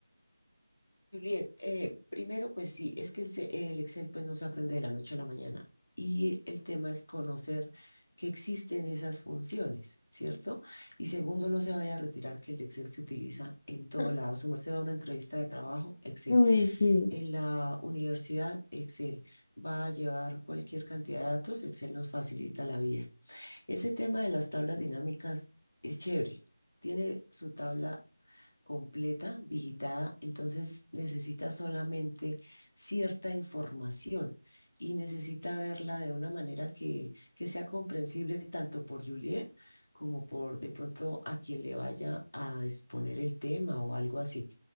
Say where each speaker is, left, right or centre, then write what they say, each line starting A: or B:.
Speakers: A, on the left; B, on the left.
A: Juliet, eh, primero, pues sí, es que el, ce- el Excel pues no se aprende de la noche a la mañana y el tema es conocer que existen esas funciones, ¿cierto? Y segundo, no se vaya a retirar que el Excel se utiliza en todo
B: <laughs>
A: lado. Su merced va a una entrevista de trabajo, Excel.
B: Uy, sí.
A: En la universidad, Excel. Va a llevar cualquier cantidad de datos, Excel nos facilita la vida. Ese tema de las tablas dinámicas es chévere. Tiene su tabla completa, digitada, entonces necesita solamente cierta información y necesita verla de una manera que, que sea comprensible tanto por Juliet como por de pronto a quien le vaya a exponer el tema o algo así.